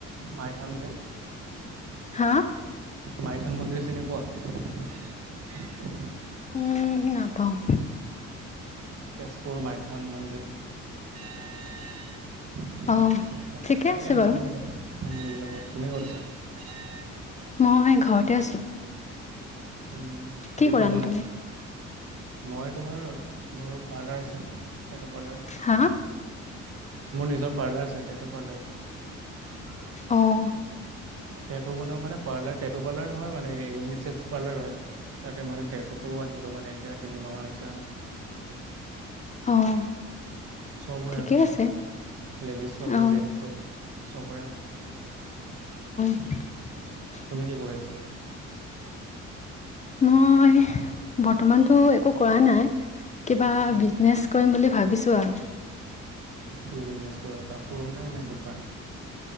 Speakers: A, on the right; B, on the left.
A: মাইথান যে।
B: হা।
A: মাইথান মন্দিৰ চিনি পোৱা।
B: উম নাপাওঁ।
A: তেজপুৰ মাইথান মন্দিৰ। তাতে আহিছ <unintelligible>
B: অ
A: ফেমিলি
B: ঠিকে
A: লগত
B: আছে বাৰু
A: তুমি ক'ত আছা।
B: মই ঘৰতে আছো।
A: উম,
B: কি
A: ডিউটি
B: কৰানো
A: যোৱা নাই
B: তুমি
A: মই তোমাৰ মোৰ পাৰ্লাৰ আছে, তেটো পাৰ্লাৰ।
B: হা
A: মোৰ নিজৰ পাৰ্লাৰ আছে দে টো পাৰ্লাৰ।
B: অ'।
A: তেটো বনাও মানে পাৰ্লাৰ টেটো পাৰ্লাৰ নহয় মানে ইউনিচেক্স পাৰ্লাৰ হয়। তাতে মানে তেটোতোও আনিলো মানে এতিয়া তিনিমাহ মান হৈছে আনা।
B: অ'।
A: চব হয়
B: ঠিকে
A: আৰু তাতে।
B: আছে
A: লেডিছৰ
B: অ
A: জেন্ছৰ চবৰে হয়।
B: <inaudible>
A: তুমি কি কৰি আছা।
B: মই বৰ্তমানতো একো কৰা নাই কিবা
A: উম
B: বিজনেছ কৰিম বুলি ভাবিছোঁ আৰু।
A: কি বিজনেছ কৰিবা কাপোৰ নে- নে দ দোকান।